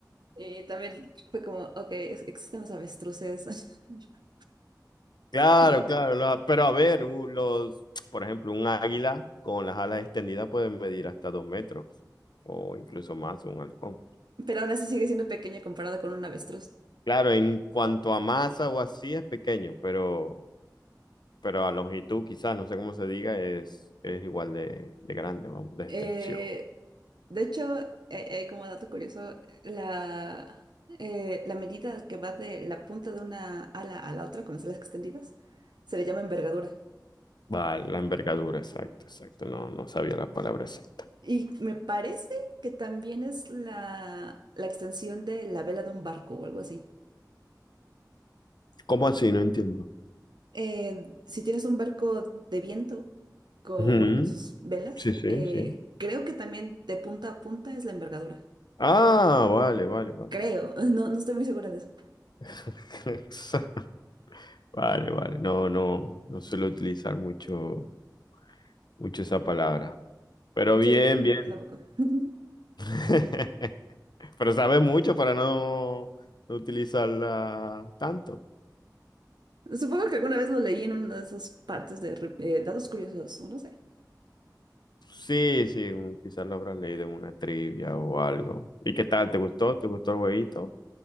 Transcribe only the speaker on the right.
Eh, también fue como, ok, es- existen los avestruces. <laughs>
Y,
pero aún así sigue siendo pequeña comparada con un avestruz.
Eh, de hecho, eh, eh, como dato curioso, la, eh, la medida que va de la punta de una ala a la otra con las alas extendidas se le llama envergadura.
Y me parece que también es la, la extensión de la vela de un barco o algo así.
Eh, si tienes un barco de viento, co-
bueno, con sus velas,
eh,
creo que también de punta a punta es la envergadura.
Creo, <laughs> no, no estoy muy segura de eso.
Sí,
yo tampoco. <laughs>
Supongo que alguna vez lo leí en una de esas partes de re- eh, datos curiosos, o no sé.